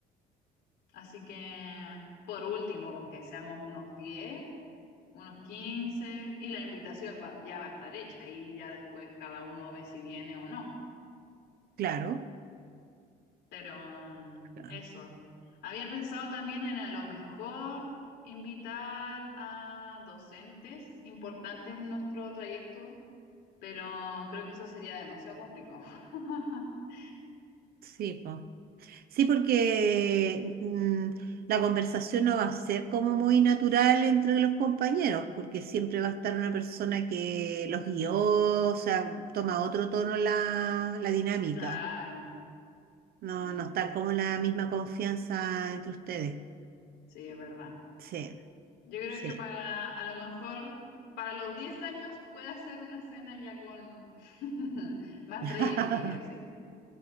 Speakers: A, on the left; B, on the right.
A: Así que, por último, con que seamos unos diez. unos 15 y la invitación va- ya va a estar hecha y ya después cada uno ve si viene o no.
B: Claro,
A: Pero mm,
B: claro.
A: eso. Había pensado también en a lo mejor invitar a docentes importantes en nuestro trayecto, pero creo que eso sería demasiado complicado. <laughs>
B: Sí, po. Sí, porque mm, la conversación no va a ser como muy natural entre los compañeros, porque siempre va a estar una persona que los guió, o sea, toma otro tono la, la dinámica.
A: Claro,
B: No,
A: sí,
B: no está como la misma confianza entre ustedes.
A: sí, es verdad.
B: Sí,
A: Yo creo
B: sí.
A: que para, a lo mejor, para los 10 años puede hacer una cena ya con <laughs> más
B: <laughs>
A: trayectoria, sí.